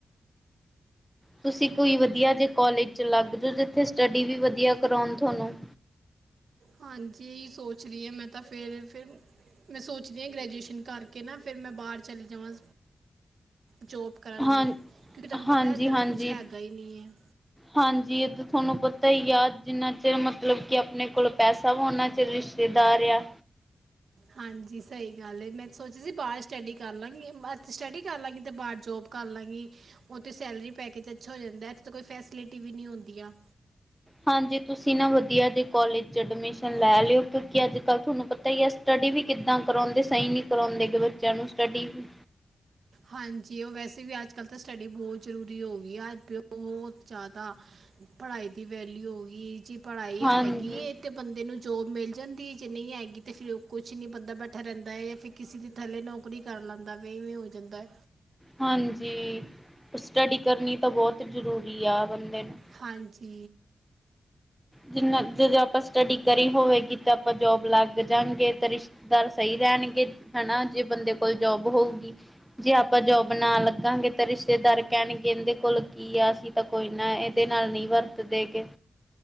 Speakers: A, in the centre; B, on the right.
A: ਤੁਸੀਂ ਕੋਈ ਵਧੀਆ ਜੇ ਕੋਲਜ ਚ ਲੱਗ ਜਾਓ ਜਿੱਥੇ ਸਟੱਡੀ ਵੀ ਵਧੀਆ ਕਰਾਉਣ ਤੁਹਾਨੂੰ
B: ਹਾਂਜੀ ਇ ਸੋਚ ਰਹੀ ਹਾਂ ਮੈਂ ਤਾਂ ਫੇਰ ਫਿਰ ਮੈਂ ਸੋਚਦੀ ਹਾਂ ਗ੍ਰੈਜੂਏਸ਼ਨ ਕਰਕੇ ਨਾ ਫਿਰ ਮੈਂ ਬਾਹਰ ਚਲੇ ਜਾਵਾਂ ਜੋਬ ਕਰਨ
A: ਹਾਂ
B: ਲਈ ਕਿਉਂਕਿ ਤੈਨੂੰ ਪਤਾ
A: ਹਾਂਜੀ
B: ਇੱਧਰ ਤਾਂ
A: ਹਾਂਜੀ
B: ਕੁਛ ਹੈਗਾ ਹੀ ਨਹੀਂ ਹੈ।
A: ਹਾਂਜੀ ਉਹ ਤੁਹਾਨੂੰ ਪਤਾ ਹੀ ਹਾਂ ਜਿੰਨਾ ਚਿਰ ਮਤਲਬ ਕਿ ਆਪਣੇ ਕੋਲ ਪੈਸਾ ਵੀ ਉਹਨਾ ਚ ਰਿਸ਼ਤੇਦਾਰ ਆ।
B: ਹਾਂਜੀ ਸਹੀ ਗੱਲ ਏ ਮੈਂ ਸੋਚਿਆ ਸੀ ਬਾਹਰ ਸਟੱਡੀ ਕਰ ਲਾਂਗੀ ਸਟੱਡੀ ਕਰ ਲਾਂਗੀ ਤੇ ਬਾਹਰ ਜੋਬ ਕਰ ਲਾਂਗੀ ਉਥੇ ਸੈਲਰੀ ਪੈਕੇਜ ਅੱਛਾ ਹੋ ਜਾਂਦਾ ਇੱਥੇ ਕੋਈ ਫੈਸਿਲਿਟੀ ਵੀ ਨਹੀਂ ਹੁੰਦੀ ਆ।
A: ਹਾਂਜੀ ਤੁਸੀਂ ਨਾ ਵਧੀਆ ਜੇ ਕੋਲੇਜ ਚ ਐਡਮਿਸ਼ਨ ਲੈ ਲਿਓ ਕਿਉਂਕਿ ਅੱਜ ਕੱਲ੍ਹ ਤੁਹਾਨੂੰ ਪਤਾ ਹੀ ਹੈ ਸਟਡੀ ਵੀ ਕਿੱਦਾਂ ਕਰਾਉਂਦੇ ਸਹੀ ਨੀ ਕਰਾਉਂਦੇਗੇ ਬੱਚਿਆਂ ਨੂੰ ਸਟੱਡੀ ਵੀ
B: ਹਾਂਜੀ ਉਹ ਵੈਸੇ ਵੀ ਅੱਜ ਕੱਲ੍ਹ ਤਾਂ ਸਟੱਡੀ ਬਹੁਤ ਜ਼ਰੂਰੀ ਹੋ ਗਈ ਆ ਬਹੁਤ ਜ਼ਿਆਦਾ। ਪੜ੍ਹਾਈ ਦੀ ਵੈਲਊ ਹੋ ਗਈ ਜੀ ਪੜ੍ਹਾਈ
A: ਹਾਂਜੀ।
B: ਹੈਗੀ। ਤੇ ਬੰਦੇ ਨੂੰ ਜੋਬ ਮਿਲ ਜਾਂਦੀ ਹੈ ਜੇ ਨਹੀਂ ਹੈਏਗੀ ਤੇ ਫੇਰ ਕੁਛ ਨੀ ਬੰਦਾ ਬੈਠਾ ਰਹਿੰਦਾ ਹੈ ਜਾਂ ਫਿਰ ਕਿਸੇ ਦੀ ਥੱਲੇ ਨੌਕਰੀ ਕਰ ਲੈਂਦਾ ਬਵੇ ਹੋ ਜਾਂਦਾ
A: ਹਾਂਜੀ ਸਟੱਡੀ ਕਰਨੀ ਤਾਂ ਬਹੁਤ ਜ਼ਰੂਰੀ ਆ ਬੰਦੇ ਨੂੰ
B: ਹਾਂਜੀ
A: ਜਿੰਨਾ ਜਦੋਂ ਆਪਾਂ ਸਟੱਡੀ ਕਰੀ ਹੋਵੇਗੀ ਤਾਂ ਆਪਾਂ ਜੋਬ ਲੱਗ ਜਾਗੇ ਤਾਂ ਰਿਸ਼ ਦਰ ਸਹੀ ਰਹਿਣਗੇ ਹਨਾ ਜੇ ਬੰਦੇ ਕੋਲ ਜੋਬ ਹੋਊਗੀ ਜੇ ਆਪਾਂ ਜੋਬ ਨਾ ਲੱਗਾਂਗੇ ਤਾਂ ਰਿਸ਼ਤੇਦਾਰ ਕਹਿਣਗੇ ਇਹਦੇ ਕੋਲ ਕੀ ਆ ਅਸੀਂ ਤਾਂ ਕੋਈ ਨਾ ਇਹਦੇ ਨਾਲ ਨਹੀਂ ਵਰਤਦੇ ਗਏ